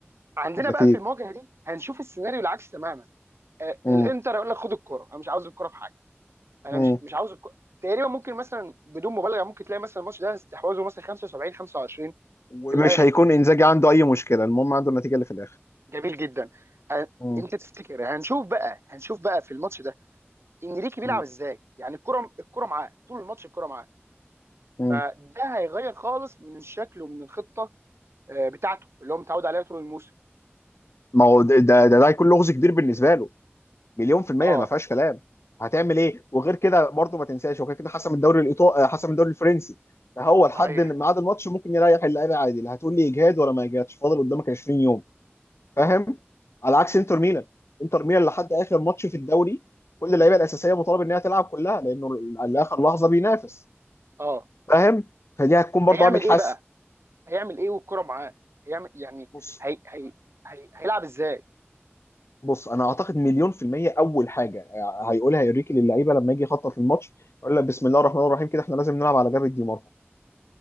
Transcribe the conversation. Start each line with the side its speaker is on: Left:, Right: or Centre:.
Right: عندنا
Left: أكيد
Right: بقى في المواجهه دي هنشوف السيناريو العكس تماما آه،
Left: مم.
Right: الانتر يقول لك خد الكره انا مش عاوز الكره في حاجه انا
Left: مم.
Right: مش مش عاوز الكره تقريبا ممكن مثلا بدون مبالغه ممكن تلاقي مثلا الماتش ده استحواذه مثلا 75 25
Left: ومش
Right: في الاخر
Left: هيكون انزاجي عنده اي مشكله المهم عنده النتيجه اللي في الاخر
Right: جميل جدا ه-
Left: مم.
Right: انت تفتكر هنشوف بقى هنشوف بقى في الماتش ده انريكي بيلعب
Left: مم.
Right: ازاي يعني الكره الكره معاه طول الماتش الكره معاه
Left: مم.
Right: فده هيغير خالص من الشكل ومن الخطه آه، بتاعته اللي هو متعود عليها طول الموسم
Left: ما هو ده ده ده هيكون لغز كبير بالنسبه له مليون في الميه
Right: اه
Left: ما فيهاش كلام هتعمل ايه وغير كده برضه ما تنساش هو كده كده حسم الدوري الايطالي حسم الدوري الفرنسي فهو لحد
Right: صحيح
Left: إن ميعاد الماتش ممكن يريح اللعيبه عادي لا هتقول لي اجهاد ولا ما اجهادش فاضل قدامك 20 يوم فاهم على عكس انتر ميلان انتر ميلان لحد اخر ماتش في الدوري كل اللعيبه الاساسيه مطالب انها تلعب كلها لانه لاخر
Right: بالظبط
Left: لحظه بينافس
Right: اه
Left: فاهم فدي هتكون برضه
Right: هيعمل
Left: عامل حسم
Right: ايه بقى هيعمل ايه والكره معاه هيعمل يعني
Left: بص
Right: هي... هي... هي... هيلعب ازاي
Left: بص انا اعتقد مليون في المية اول حاجة آه، هيقولها يوريكي للعيبة لما يجي يخطط للماتش يقول لك بسم الله الرحمن الرحيم كده احنا لازم نلعب على جبهة دي ماركو